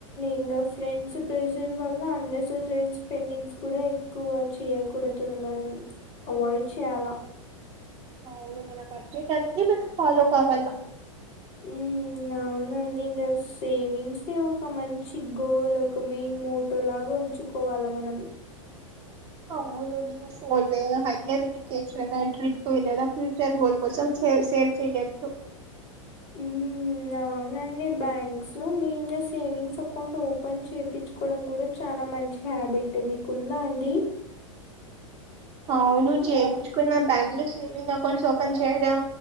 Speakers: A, on the left; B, on the right.
A: ఇంకా ఫ్రెండ్స్ ప్రెజర్ వల్ల అన్నెససరీస్ పెండింగ్స్ కూడా ఎక్కువ చేయి కూడాదాన్ని మనం అవాయిడ్ చేయాలా
B: అవును మన బడ్జెట్ అనేది మనం ఫాలో కావాల
A: ఉమ్ నవ్ అవునండీ ఇంగా సేవింగ్సె ఒక మంచి గోల్ ఒక మెయిన్ మోటో లా ఉంచుకోవాలా మనం
B: అవునన్యూ ఫోన్ లేదా హయ్యర్ ఎడ్యుకేషన్ అండ్ ట్రిప్పు లేదా ఫ్యూచర్ గోల్ కోసం షేవ్ సేవ్ చెయొచ్చు
A: హ్మ్ అవునండి బ్యాంక్స్ లో మెయిన్ గా సేవింగ్స్ అకౌంట్ ఓపెన్ చేపిచ్ కోడం కూడా చాలా మంచి హ్యాబిట్ మీకుందా అండి
B: అవును చేయించుకున్న బ్యాంకు లో సేవింగ్ అకౌంట్స్ ఓపెన్ చేయడం